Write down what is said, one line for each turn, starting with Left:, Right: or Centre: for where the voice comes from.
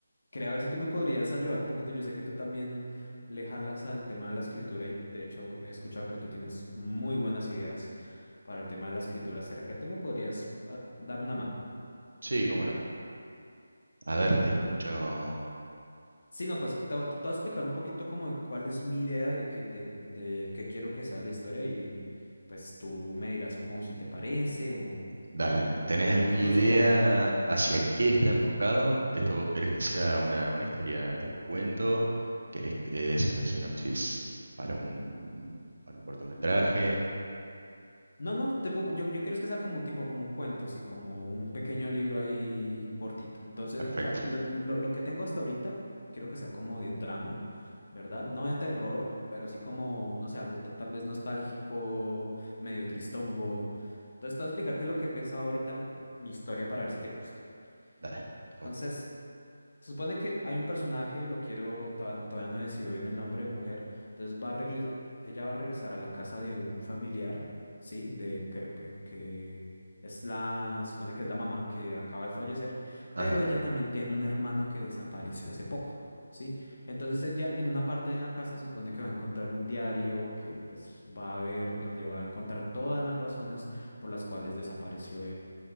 Left: Quería ver si tú me podrías ayudar un poquito. Yo sé que tú también le jalas al tema de la escritura y de hecho he escuchado que tú tienes muy buenas ideas para el tema de la escritura. ¿Será que tú me podrías ah, dar una mano?
Right: Sí, cómo no. A ver, te escucho.
Left: Sí, no, pues te, voy te voy a explicar un poquito como de cuál es mi idea de que, de, de qué quiero que sea la historia y pues tú me dirás como si te parece o,
Right: Dale, ¿tenés alguna
Left: o incluso
Right: idea
Left: como,
Right: hacia qué está enfocado? ¿Esto vos querés que sea una, una historia tipo cuento? ¿Querés que es una sinopsis para un, para un cortometraje?
Left: No, no, te pongo- yo, yo quiero es que sea como tipo, como un cuento, sí, como un pequeño libro ahí cortito. Entonces,
Right: Perfecto,
Left: o sea, lo, lo- lo que tengo hasta ahorita, quiero que sea como de drama, ¿verdad? No de terror, pero sí como, no sé, algo ta- tal vez nostálgico, medio tristongo. Entonces, te voy a explicar qué es lo que he pensado ahorita, l- mi historia, para ver si te gusta.
Right: dale, cómo
Left: Entonces,
Right: no.
Left: se supone que hay un personaje, lo quiero, todavía, todavía no he decidido bien el nombre, mujer. Entonces va a regres- ella va a regresar a la casa de un familiar, ¿sí? De que, que, que es la, se supone que es la mamá que acaba de fallecer,
Right: Ajá,
Left: pero ella también tiene un hermano que desapareció hace poco, ¿sí? Entonces ella en una parte de la casa se supone que va a encontrar un diario que pues va a ver, donde va a encontrar todas las razones por las cuales desapareció